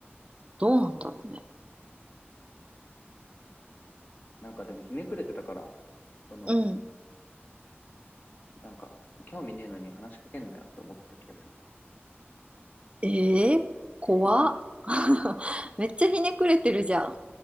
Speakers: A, on the right; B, on the left.
A: どうなんだろうね。
B: なんかでもひねくれてたから、その、
A: うん。
B: なんか、興味ねえのに話しかけんなよって思ってた気がする。
A: ええ怖っ。
B: <laughs>
A: <laughs> めっちゃひねくれてるじゃ